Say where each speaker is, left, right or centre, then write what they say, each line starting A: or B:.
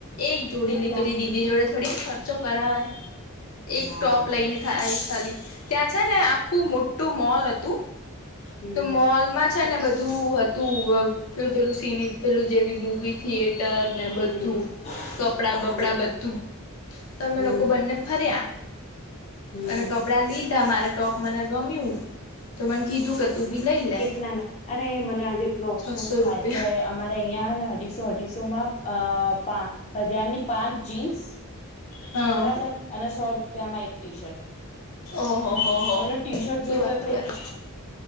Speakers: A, on the left; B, on the left.
A: એક જોડી
B: કેટલા
A: લ પેલી દીદી જોડે થોડીક ફરક કરવાય એક
B: હા
A: ટોપ લઈને આ ખાલી <inaudible> ત્યાં છે ને આખું મોટું મોલ હતું
B: હમ
A: તો મોલમાં છે ને બધું હતું પેલું સિની પેલું જેવી મૂવી થિયેટર ને
B: હમ
A: બધું કપડાં બપડા
B: હમ
A: બધું તમે
B: હમ
A: લોકો બંને ફર્યા.
B: હમ
A: અને કપડાં લીધા મારા ટોપ મને ગમ્યું તો મને કીધું. તું બી લઈ લે
B: કેટલાનો અરે મને આજે એટલો અફસોસ
A: છસો
B: થાય
A: રૂપિયા
B: છે અમારે અહં ને અઢીસો અઢીસો માં અ પા હજારની પાંચ જીન્સ
A: હા
B: બરાબર અને સો રૂપ પ્યામાં એક ટી શર્ટ
A: ઓહો હો હો
B: મને ટી શર્ટ
A: શું
B: જોયું
A: વાત કરે